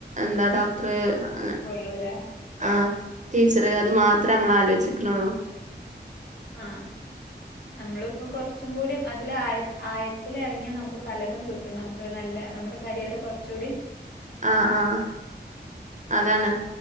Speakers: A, on the right; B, on the left.
A: എന്താ ഡോക്ടർ അ
B: ളു ലെ
A: ആഹ് ടീച്ചറ് അത് മാത്രേ നമ്മള് ആലോചിക്ക്ണൊള്ളു.
B: ആഹ് നമ്മള്പ്പോ കൊറച്ചും കൂടി അതില് ആയ ആയത്തില് എറങ്ങിയ നമുക്ക് പലതും കിട്ട് ട്ടും നമുക്ക് നല്ല നമ്മടെ കരിയർ കൊറചൂടിം
A: ആഹ് ആഹ് അതാണ്